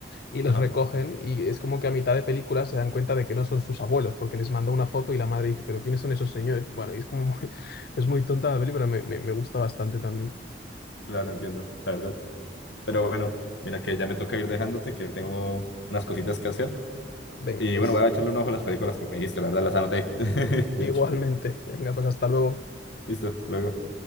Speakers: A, on the left; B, on the left.
A: y los
B: ajá,
A: recogen y es como que a mitad de película se dan cuenta de que no son sus abuelos porque les manda una foto y la madre dice, pero ¿quiénes son esos señores? Bueno, y es como muy- <laughs> es muy tonta la peli, pero me, me me gusta bastante también.
B: claro, entiendo, la verdad. Pero bueno, mira que ya me toca ir dejándote, que tengo unas cositas que hacer.
A: Venga,
B: Y
A: pues
B: bueno, voy a echarle un ojo a las películas que me dijiste, la verdad las anoté. <laughs> De
A: igualmente.
B: hecho,
A: Venga, pues hasta luego.
B: listo, hasta luego.